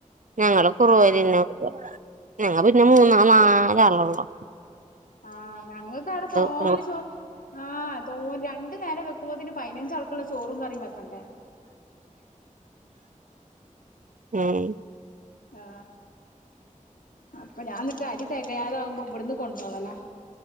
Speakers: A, on the right; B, on the left.
A: ഞങ്ങ കുറുവന്നെ
B: ആഹ്
A: ഞങ്ങ പിന്നെ മൂന്നാല് നാലാളള്ളു
B: ആ ഞങ്ങ അവിടെ തോന
A: പെൺകു
B: ചോ ആ തോ രണ്ട് നേരം വെക്കുമ്പോത്തിന് പൈനഞ്ച് ആൾക്കുള്ള ചോറും കറിം വെക്കണ്ടേ
A: ഉം
B: ആ അപ്പ ഞാൻന്നിട്ട് അരി തെകയാതാവുമ്പോ ഇവട്ന്ന് കൊണ്ടോവേലാ